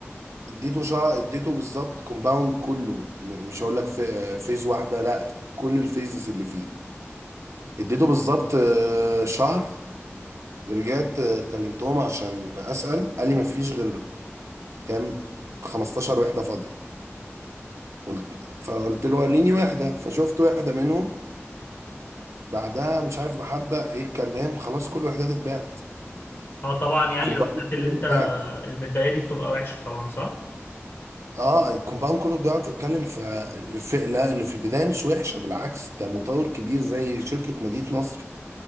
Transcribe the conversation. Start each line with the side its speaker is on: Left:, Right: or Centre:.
Right: اديته شا... اديته بالظبط كومباوند كله م- مش هقول لك في... آه، فيز واحده لا كل الفيزز اللي فيه اديته بالظبط آه، شهر رجعت آه، كلمتهم عشان اسال قال لي ما فيش غير كام 15 وحده فاضيه قلت فقلت له وريني وحده فشفت وحده منهم بعدها مش عارف محبة ايه الكلام خلاص كل الوحدات اتباعت
Left: اه طبعا يعني
Right: كومباوند
Left: الوحدات اللي
Right: كله
Left: انت
Right: اتباع
Left: المتبقيه دي بتبقى وحشه طبعا صح
Right: اه الكومباوند كله اتباع انت بتتكلم في الفئة اللي في البداية مش وحشة بالعكس ده مطور كبير زي شركة مدينة نصر